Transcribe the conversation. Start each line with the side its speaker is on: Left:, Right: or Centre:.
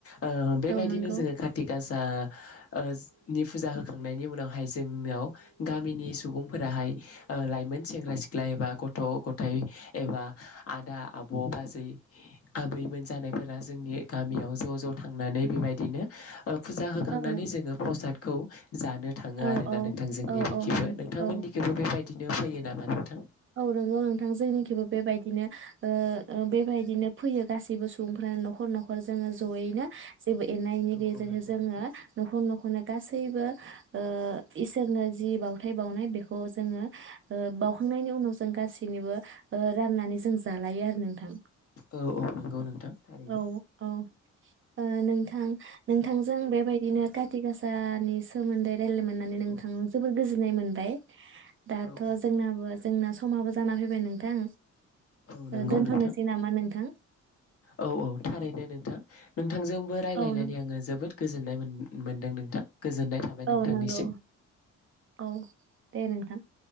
Left: ओ बेबायदिनो
Right: औ नंगौ
Left: जोङो खाथि गास। दा ओज। नि फुजा होखांनायनि उनावहाय जोंनियाव। गामिनि सुबुंफोराहाय ओ लाइमोन सेंग्रा सिख्ला एबा गथ'-गथाइ एबा आदा, आब, बाजै, आबैमोन जानायफोरा जोंनि गामियाव ज' ज' थांनानै बिबायदिनो ओ फुजा होखांनानै
Right: औ नंगौ
Left: जोङो
Right: नोंथां
Left: प्रसादखौ जानो थाङो
Right: औ
Left: आरोना
Right: औ
Left: नोंथां जोंनि
Right: औ
Left: बिखिबो
Right: औ नों
Left: नोंथांमोननिखिबो
Right: औ
Left: बेबायद बिदिनो फैयो नामा नोंथां।
Right: औ नोंगौ नोंथां जोंनिखथबो बेबायदिनो ओ ओ बेबायदिनो फैयो गासैबो सुबुंफ्रानो नखर नखर जोङो जयैनो। जेबो एना एनि
Left: औ
Right: गेजेरजों
Left: औ नंगौ नोंथां।
Right: जोङो न'खर खना गासैबो ओ इसोरनो जि बावथाय बावनाय बेखौ जोङो ओ बावखांनायनि उन। उनाव जों गासैनिबो ओ राननानै जों जालायो आरो नोंथां।
Left: औ औ नोंगौ नोंथां। थारैनो
Right: औ औ ओ नोंथां नोंथांजों बेबायदिनो काति गासाआनि सोमोन्दै। रायलायनो मोननानै
Left: औ
Right: नोंथांनो
Left: औ
Right: जोबोर गोजोननाय मोन <unintelligible> दाथ
Left: औ
Right: जोंनाबो। जोंना समाबो जाना फैबाय नोंथां।
Left: औ नंगौ
Right: ओ दोनथ'नोसै
Left: नोंथां
Right: नामा नोंथां
Left: औ औ थारैनो नोंथां नों। नोंथांजोंबो रायलायनानै
Right: औ नों
Left: आङो जोबोद। गोजोननाय मोन मोनदों नोंथां। गोजोननाय थाबाय
Right: औ
Left: नोंथांनिसिम
Right: नोंगौ औ दे नोंथां। <inaudible>